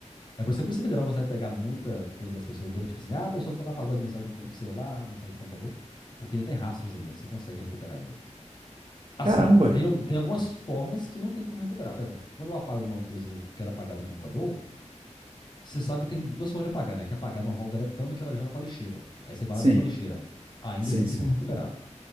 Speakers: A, on the left; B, on the right.
A: É por isso que a Polícia Federal consegue pegar muita coisa das pessoas, entendeu? Tipo assim, ah, a pessoa foi lá, apagou as mensagens do co- do celular, a mensagem do computador, porque ainda tem rastros ainda, você consegue recuperar ainda. Assim,
B: Caramba.
A: tem, al- tem algumas formas que não tem como recuperar. Por exemplo, quando eu apago alguma coisa que eu quero apagar do computador, Você sabe que tem duas formas de apagar, né? Que é apagar normal deletando, que ela joga pra lixeira. Aí você vai
B: Sim,
A: lá e limpa a lixeira. Ainda
B: sim,
A: assim
B: sim.
A: tem como recuperar.